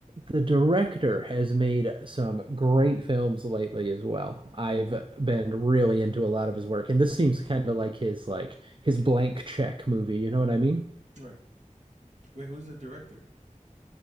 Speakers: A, on the right; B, on the right.
A: the director has made some great films lately as well. I've been really into a lot of his work, and this seems kind of like his like his blank check movie. You know what I mean?
B: Right. Wait, who's the director?